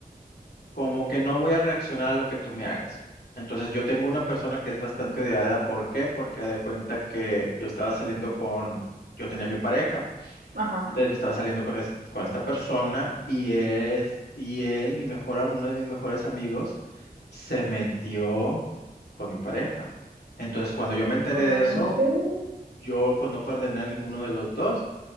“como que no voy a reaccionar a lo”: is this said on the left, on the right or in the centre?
Left